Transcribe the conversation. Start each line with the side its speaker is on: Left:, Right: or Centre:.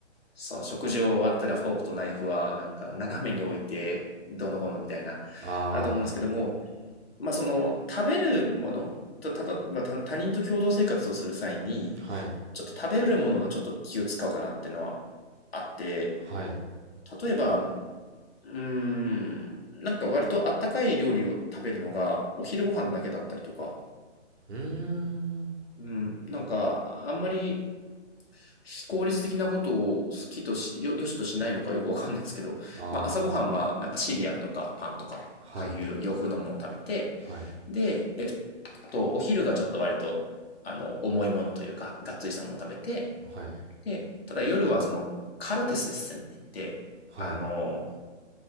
Left: その食事を終わったらフォークとナイフはなんか斜めに置いてどうのこうのみたいな、
Right: あ
Left: あると思うんですけども、まあその食べるものと、たと、まあ、他他人と共同生活をする際に、
Right: あ、はい、
Left: ちょっと食べるものとちょっと気を使うかなっていうのはあって、
Right: はい、
Left: 例えばうーん。なんか割とあったかい料理を食べるのがお昼ご飯だけだったりとか。
Right: うーん、
Left: うん。なんかあんまり非効率的なことを好きとし、よ、よしとしないのかよくわかんないですけど、
Right: ああ、
Left: まあ朝ごはんはなんかシリアルとかパンとか、ああいう洋風のものを食べて、
Right: はい、はい、
Left: で、え、あとお昼がちょっと割とあの重いものというか、がっつりしたものを食べて、
Right: はい、
Left: で、ただ夜はそのカルテスエッセンって言って、
Right: はい、
Left: あの、